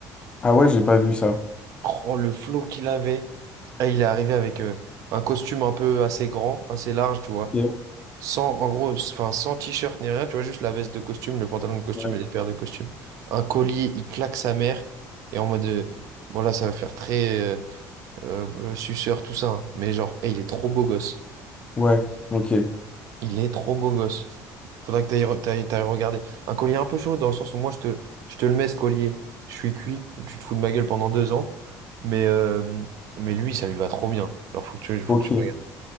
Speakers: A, on the left (about 15°); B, on the right (about 55°).
A: Ah ouais, j'ai pas vu ça.
B: Oh, le flow qu'il avait. Ah, il est arrivé avec euh, un costume un peu assez grand, assez large, tu vois.
A: Ok.
B: Sans, en gros, s- enfin, sans t-shirt ni rien, tu vois, juste la veste de costume, le pantalon de costume
A: Ouais.
B: et les paires de costume. Un collier, il claque sa mère. Et en mode, euh, bon là, ça va faire très euh, euh, euh, suceur, tout ça. hein. Mais genre, eh, il est trop beau gosse.
A: Ouais, ok.
B: Il est trop beau gosse. Faudrait que t'ailles re- t'ailles- t'ailles regarder. Un collier un peu chaud dans le sens où moi je te, je te le mets ce collier. Je suis cuit, tu te fous de ma gueule pendant deux ans. Mais, euh, mais lui, ça lui va trop bien. Alors faut que tu, faut
A: Ok.
B: que tu regardes.